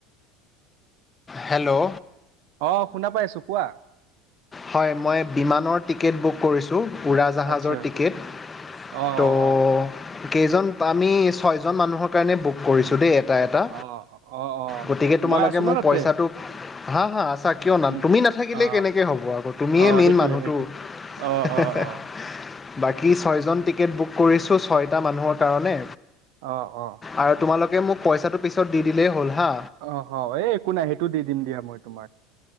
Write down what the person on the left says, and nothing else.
হেল্ল'?
হয়, মই বিমানৰ টিকেট বুক কৰিছোঁ। উৰাজাহাজৰ
টিকেট।
ত'
কেইজন? আমি, ছয়জন মানুহৰ কাৰণে, বুক কৰিছোঁ দেই। এটা, এটা।
গতিকে, তোমালোকে
মোক
পইচাটো হা, হা, আচ্ছা! কিয় না,
তুমি নাথাকিলে
কেনেকে হ'ব আৰু? মিয়ে
মেইন
মানুহটো।
হাঁ, হাঁ,
হাঁ!
বাকী, ছয়জন টিকেট বুক কৰিছোঁ, ছয়টা মানুহৰ কাৰণে।
আৰু তোমালোকে, মোক পইচাটো পিছত দি দিলেই হ'ল হা।